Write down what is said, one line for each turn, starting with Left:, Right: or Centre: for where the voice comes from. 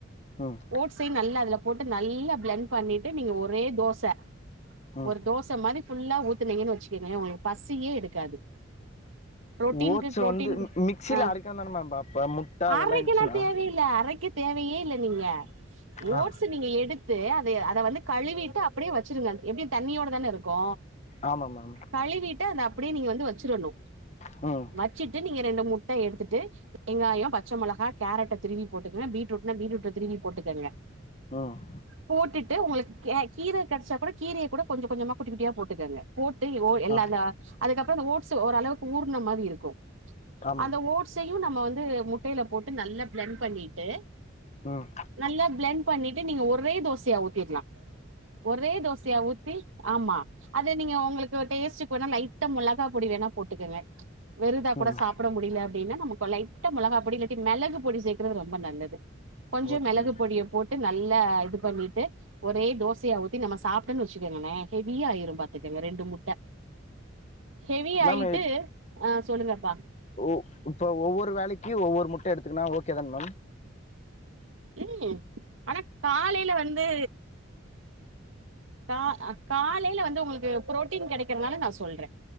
Left: ம்
Right: ஓட்ஸையு நல்லா அதுல போட்டு நல்லா பி்ளெண் பண்ணீட்டு நீங்க ஒரே தோச
Left: ம்
Right: ஒரு தோ ச மாரி ஃபுல்லா ஊத்தனீங்கன்னு வச்சிக்கங்களே உங்களுக்கு பசியே எடுக்காது புரோட்டீனுக்கு
Left: ஓட்ஸ்
Right: புரோட்டீன்
Left: வந்து மிக்சியில
Right: ஆ
Left: அரைக்கணு தான மேம் அப்ப முட்ட அதெல்லா
Right: அரைக்க
Left: இருந்துச்சுன்னா
Right: எல்லா தேவையில்ல அரைக்க தேவையே இல்ல நீங்க
Left: ஆ
Right: ஓட்ஸ் நீங்க எடுத்து அத அத வந்து கழுவிட்டு அப்டியே வச்சிருங்க எப்டியு தண்ணியோட தான இருக்கு
Left: ஆமா மேம்
Right: கழுவிட்டு அத அப்டியே நீங்க வந்து வச்சிறணு
Left: ம்
Right: வச்சிட்டு நீங்க ரெண்டு முட்ட எடுத்துட்டு வெங்காயோ பச்சை மொளகா கேரட்ட திருவி போட்டுக்குங்க பீட்ரூட்னா பீட்ரூட்ட திருவி போட்டுக்குங்க
Left: ம்
Right: போட்டுட்டு உங்களுக்கு கீர கிடைச்சா கூட கீரைய கூட கொஞ்ச கொஞ்சமா குட்டி குட்டியா போட்டுக்குங்க போட்டு ஓ எல்ல
Left: ஆ
Right: அத அதுக்கப்புறோ ஓட்ஸ் ஓரளவுக்கு ஊர்ண மாரி இருக்கு
Left: ஆமா
Right: அந்த
Left: மேம்
Right: ஓட் சையு நம்ம வந்து முட்டையில போட்டு நல்லா பிளண்ட் பண்ணிட்டு
Left: ம்
Right: நல்லா பிளைண்ட் பண்ணிட்டு நீங்க ஒரே தோசையா ஊத்திர்லா ஒரே தோசையா ஊத்தி ஆமா அது நீங்க உங்களுக்கு டேஸ்ட்டுக்கு வேணா லைட்டா மொளகா பொடி வேணா போட்டுக்குங்க வெறுதா கூட
Left: ம்
Right: சாப்ட முடில அப்டின்னா நமக்கு லைட்டா மோளகா பொடி இல்லாட்டி மெளகு பொடி சேக்கறது ரொம்ப நல்லது கொஞ்ச
Left: ஓகே
Right: மெளகு
Left: மேம்
Right: பொடிய போட்டு நல்லா இது பண்ணிட்டு ஒரே தோசையா ஊத்தி நம்ம சாப்ட்டன்னு வச்சிக்கோங்களே ஹெவியா ஆயிரு பாத்துக்கங்க ரெண்டு முட்ட ஹெவி
Left: ம்
Right: ஆயிட்டு
Left: மேம்
Right: ஆ சொல்லுங்கப்பா
Left: ஓ இப்போ ஒவ்வொரு வேலைக்கு ஒவ்வொரு முட்ட எடுத்துக்குனா ஓகே தா மேம்
Right: ம் ஆனா காலையில வந்து கா காலையில வந்து உங்களுக்கு புரோட்டீன் கிடைக்கறனால நா சொல்ற